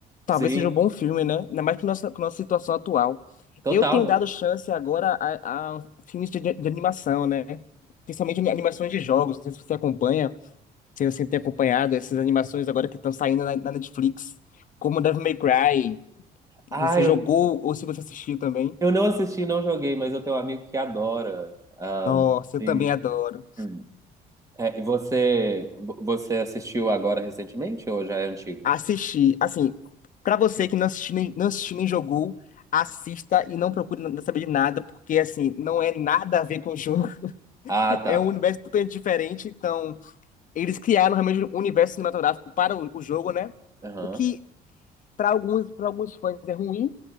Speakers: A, on the left; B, on the right.
A: talvez
B: sim,
A: seja um bom filme, né? Ainda mais com nossa, com nossa situação atual.
B: total,
A: Eu tenho dado
B: né?
A: chance agora a, a filmes de, de animação, né? Principalmente animações de jogos. Não sei se você acompanha, se você tem acompanhado essas animações agora que estão saindo na, na Netflix, como Devil May Cry.
B: Ah,
A: Você
B: eu,
A: jogou ou se você assistiu também?
B: eu não assisti, não joguei, mas eu tenho um amigo que adora. Ah,
A: Nossa, eu
B: e,
A: também adoro.
B: hum. É, e você, vo- você assistiu agora recentemente ou já é antigo?
A: Assistir. Assim, pra você que não assistiu nem, não assistiu nem jogou, assista e não procure não saber de nada, porque, assim, não é nada a ver com o jogo. <laughs>
B: Ah, tá.
A: É um universo totalmente diferente. Então, eles criaram realmente um universo cinematográfico para o, o jogo, né?
B: Aham,
A: O que, para alguns, para alguns fãs, é ruim,